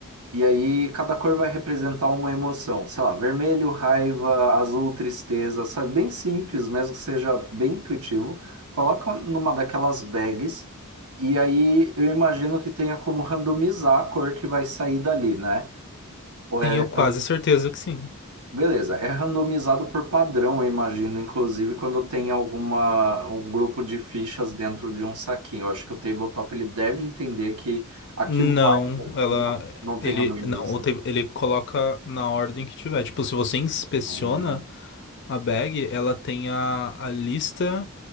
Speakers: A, on the right (about 85°); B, on the left (about 50°).
A: E aí cada cor vai representar uma emoção. Sei lá, vermelho, raiva, azul, tristeza, sabe? Bem simples, mesmo que seja bem intuitivo. Coloca numa daquelas bags. E aí eu imagino que tenha como randomizar a cor que vai sair dali, né? Ou
B: Tenho
A: é
B: quase certeza que sim.
A: Beleza, é randomizado por padrão, eu imagino, inclusive quando tem alguma um grupo de fichas dentro de um saquinho. Eu acho que o tabletop ele deve entender que aquilo
B: Não,
A: lá
B: ela.
A: não, não tem
B: Ele.
A: randomização.
B: Não, ou te- ele coloca na ordem que tiver. Tipo, se você inspeciona
A: Hum,
B: a bag, ela tem a, a lista